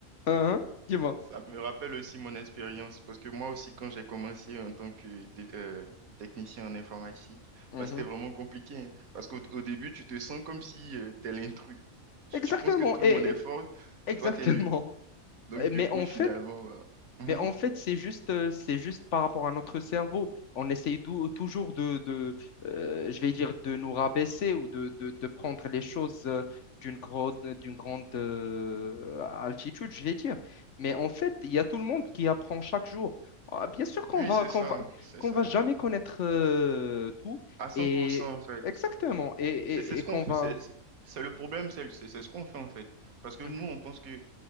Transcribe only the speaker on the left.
Hein, hein, dis-moi.
Mhm.
Exactement,
et,
et-
exactement.
<laughs>
Mais
en
fait,
Mais en fait, c'est juste, euh, c'est juste par rapport à notre cerveau. On essaye dou- toujours de, de euh, je vais dire, de nous rabaisser ou de, de, de prendre les choses euh, d'une grande, d'une grande euh, altitude, je vais dire. Mais en fait, il y a tout le monde qui apprend chaque jour. Ah, Bien sûr qu'on
va,
qu'on
va,
qu'on
va jamais connaître euh, tout
et
exactement et, et,
et qu'on
va.
Mhm.